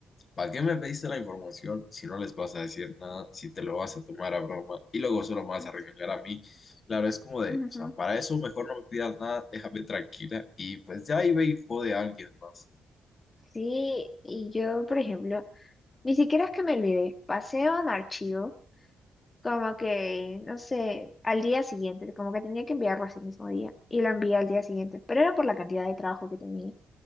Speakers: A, on the left; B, on the left.
A: ¿Para qué me pediste la información si no les vas a decir nada, si te lo vas a tomar a broma y luego solo me vas
B: Ujú.
A: a regañar a mí? Claro, es como de,
B: Ujú.
A: o sea, para eso mejor no me pidas nada, déjame tranquila y pues ya ahí ve y jode a alguien más.
B: Sí, y yo, por ejemplo, ni siquiera es que me olvidé, pasé a un archivo, como que, no sé, al día siguiente, como que tenía que enviarlo ese mismo día, y lo envié al día siguiente, pero era por la cantidad de trabajo que tenía,